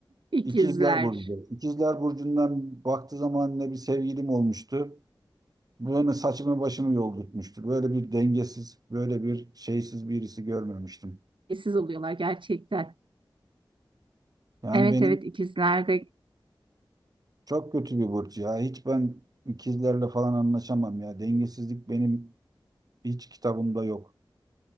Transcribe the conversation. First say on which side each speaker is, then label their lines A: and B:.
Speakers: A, on the right; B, on the right.
A: İkizler.
B: İkizler burcu. İkizler burcundan baktığı zaman ne bir sevgilim olmuştu. Böyle saçımı başımı yoldurtmuştu. Böyle bir dengesiz, böyle bir şeysiz birisi görmemiştim.
A: İkiz oluyorlar gerçekten.
B: Yani
A: Evet
B: benim
A: evet ikizlerde.
B: Çok kötü bir burç ya. Hiç ben ikizlerle falan anlaşamam ya. Dengesizlik benim hiç kitabımda yok.